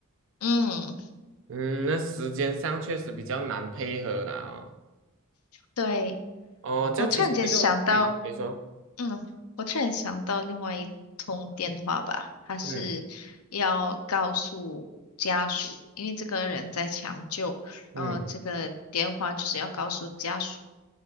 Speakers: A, on the left (about 80°); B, on the right (about 60°).
A: 嗯，
B: 嗯，那时间上确实比较难配合啦哦。
A: 对，
B: 哦，这样其实这个，
A: 我突然间想到，
B: 嗯，你说。
A: 嗯，我突然想到另外一通电话吧，他是要告诉家属，
B: 嗯。
A: 因为这个人在抢救，
B: 嗯
A: 然后这个电话就是要告诉家属。